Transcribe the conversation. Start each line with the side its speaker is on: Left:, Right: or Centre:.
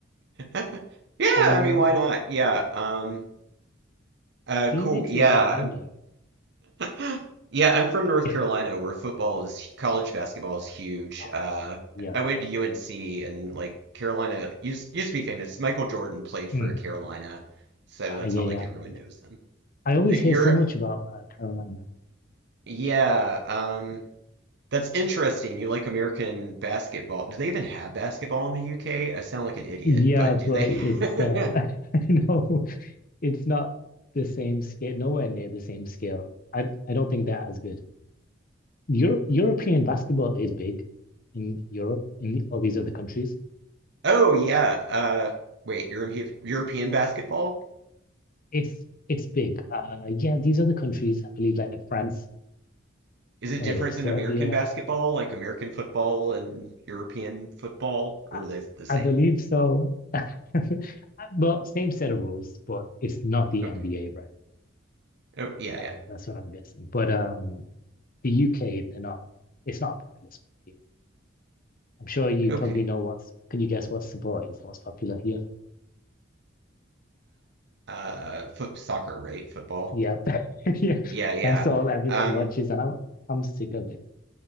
Right: <laughs> yeah,
Left: And
Right: I mean, why not? Yeah. Um. Uh.
Left: Phoenix
Right: Cool. Yeah.
Left: is random.
Right: <laughs> Yeah. I'm from North
Left: <laughs>
Right: Carolina, where football is college basketball is huge.
Left: Ah,
Right: Uh.
Left: Yeah.
Right: I went to UNC, and like Carolina used used to be famous. Michael Jordan played for
Left: Mm.
Right: Carolina, so
Left: Ah,
Right: that's
Left: yeah,
Right: how
Left: yeah.
Right: like everyone
Left: And
Right: knows them.
Left: I always
Right: Uh, You're
Left: hear so much about uh, Carolina.
Right: Yeah, um, that's interesting. You like American basketball. Do they even have basketball in the UK? I sound like an idiot,
Left: Yeah,
Right: but
Left: but
Right: do they?
Left: it's
Right: <laughs>
Left: uh, <laughs> I know it's not the same scale, nowhere near the same scale. I I don't think they're as good. Euro European basketball is big in Europe, in all these other countries.
Right: Oh yeah. Uh, wait, European European basketball?
Left: It's it's big. Uh, yeah, these are the countries I believe like France,
Right: Is it
Left: what
Right: different
Left: are they? Serbia.
Right: than American basketball, like American football and European football, or
Left: I,
Right: are they the same?
Left: I believe so. <laughs> Well, same set of rules, but it's not the
Right: Okay.
Left: NBA, right?
Right: Oh yeah,
Left: Um,
Right: yeah.
Left: that's what I'm guessing. But um, the UK, they're not. It's not a popular sport here. I'm sure you
Right: Okay.
Left: probably know
Right: <sighs>
Left: what's. Can you guess what sport is most popular here?
Right: Uh, foot soccer, right? Football.
Left: Yeah, <laughs> yeah.
Right: Yeah, yeah.
Left: That's all everyone
Right: um,
Left: watches, and I'm I'm sick of it.